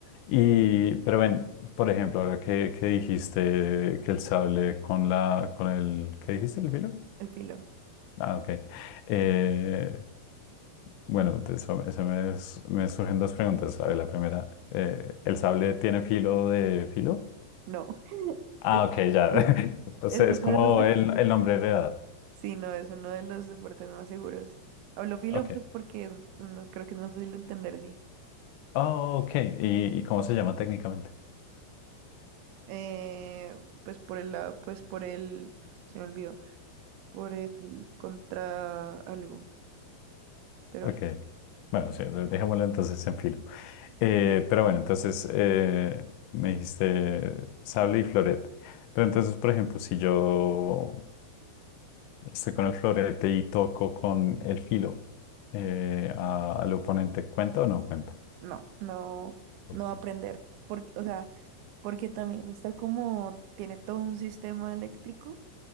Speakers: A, on the left (about 80°); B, on the right (about 85°).
A: Y, pero ven, por ejemplo, ahora que, que dijiste que el sable con la, con el, ¿qué dijiste? ¿El filo?
B: El filo.
A: Ah, ok. Eh, bueno, de eso, eso me, s- me surgen dos preguntas. A ver, la primera, eh, ¿el sable tiene filo de filo?
B: No. <laughs>
A: Ah,
B: Es,
A: ok, ya.
B: es-
A: <laughs> Entonces
B: es
A: es
B: uno
A: como
B: de los deportes.
A: el, el nombre heredado.
B: Sí, no, es uno de los deportes más seguros. Hablo filo,
A: Ok.
B: pues porque no, no, creo que es más fácil de entender así.
A: Oh, ok. ¿Y, y cómo se llama técnicamente?
B: Eh, pues por el lado, pues por el. Se me olvidó. por el contra algo, pero
A: Ok.
B: bueno,
A: Bueno, sí, de- dejémoslo entonces en filo. Eh, pero bueno, entonces eh, me dijiste sable y florete. Pero entonces, por ejemplo, si yo estoy con el florete y toco con el filo eh, a- al oponente, ¿cuenta o no cuenta?
B: no, no,
A: Ok.
B: no va a aprender, porque, o sea, porque también está como, tiene todo un sistema eléctrico,